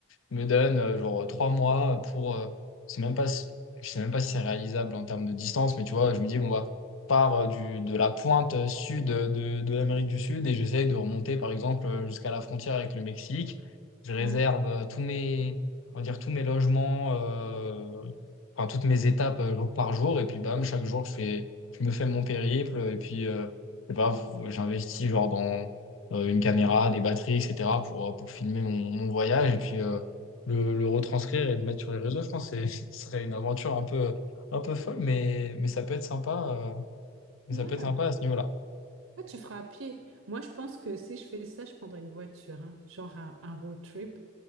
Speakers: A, on the left; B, on the right.
A: me donne euh, genre trois mois pour, euh, c'est même pas, si- je sais même pas si c'est réalisable en termes de distance, mais tu vois, je me dis, bon, bah, part euh, du, de la pointe sud de, de l'Amérique du Sud et j'essaye de remonter, par exemple, euh, jusqu'à la frontière avec le Mexique. Je réserve
B: Ouais.
A: euh, tous mes, on va dire, tous mes logements. euh, enfin, toutes mes étapes euh, jour par jour. Et puis, bam, chaque jour, je fais, je me fais mon périple. Et puis, euh, je sais pas, v- j'investis genre dans euh, une caméra, des batteries, etc. pour, euh, pour filmer mon, mon voyage et puis euh, le, le retranscrire et le mettre sur les réseaux. Je pense que c'est- <laughs> ce serait une aventure un peu, un peu folle, mais, mais ça peut être sympa, euh, mais
B: Ouais.
A: ça peut être sympa à ce niveau-là.
B: Ah, tu feras à pied. Moi, je pense que si je fais ça, je prendrais une voiture, hein. genre un, un road trip